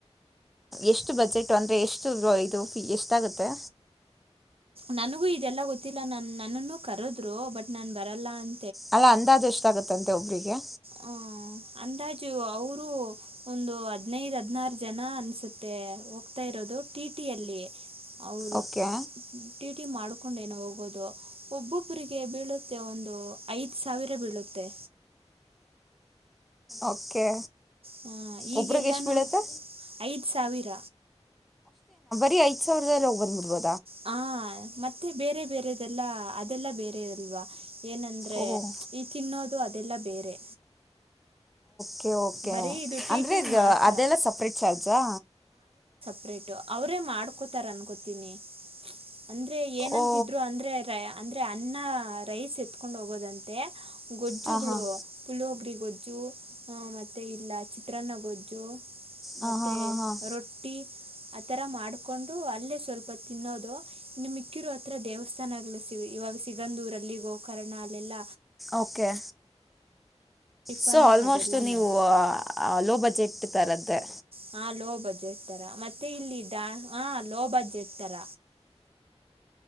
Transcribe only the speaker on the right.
ನನ್ಗೂ ಇದೆಲ್ಲಾ ಗೊತ್ತಿಲ್ಲ ನ ನನ್ನನ್ನು ಕರದ್ರು ಬಟ್ ನಾನ್ ಬರಲ್ಲ ಅಂ
ಹ ಅಂದಾಜು ಅವ್ರು ಒಂದು ಹದ್ನೈದು ಹದ್ನಾರು ಜನ ಅನ್ಸುತ್ತೆ ಹೋಗ್ತಾ ಇರೋದು ಟಿ ಟಿಯಲ್ಲಿ ಅವರು
ಟಿ ಟಿ ಮಾಡ್ಕೊಂಡ ಏನೋ ಹೋಗ್ ಒದು ಒಬ್ ಒಬ್ ಒಬ್ರಿಗೆ ಬೀಳುತ್ತೆ ಒಂದು ಐದ್ ಸಾವಿರ ಬೀಳುತ್ತೆ
ಹ ಈಗೆಲ್ಲಾನೂ
ಐದ್ ಸಾವಿರ
ಹ ಮತ್ತೆ ಬೇರೆ ಬೇರೆದೆಲ್ಲ ಅದೆಲ್ಲಾ ಬೇರೆ ಅಲ್ವಾ ಏನಂದ್ರೆ
ಈ ತಿನ್ನೋದ್ ದು ಅದೆಲ್ಲ ಬೇರೆ
ಬರೀ ಇದು ಟಿ
ಟಿಗೆ
ಮಾತ್ರ
ಪ್ರೆಟು ಅವರೇ ಮಾಡ್ಕೋತಾರ ಅನ್ಕೋತೀನಿ ಅಂದ್ರೆ ಏನಂತಿದ್ರು
ಅಂದ್ರೆ ರಯ ಅಂದರೆ ಅನ್ನ ರೈಸ್ ಎತ್ಕೊಂಡು ಹೋಗೋದಂತೆ ಗೊಜ್ಜುಗಳು
ಪುಲೋಗ್ರಿ ಗೊಜ್ಜು ಹ ಮತ್ ಮತ್ತೆ ಇಲ್ಲ ಚಿತ್ರನಗೊಜ್ಜು
ಮತ್ತೆ
ರೊಟ್ಟಿ ಆತರ ಮಾಡ್ಕೊಂಡು ಅಲ್ಲೇ ಸ್ವಲ್ಪ ತಿನ್ನೋದು ನಿಮ್ಮಿಕ್ಕಿರು ಹತ್ರ ದೇವಸ್ಥಾನಗಳು ಸಿ ಇವಾಗ ಸಿಗಂದೂರಲ್ಲಿ ಗೋಕರ್ಣ ಅಲ್ಲೆಲ್ಲ
ಟಿಫನ್ನು
ಅದೆಲ್ಲವೂ
ಹಾಂ ಲೋ ಬಜೆಟ್ ರ ಮತ್ತೆ ಇಲ್ಲಿದ್ದ ಹಾ ಲೋ ಬಜೆಟ್ ತರ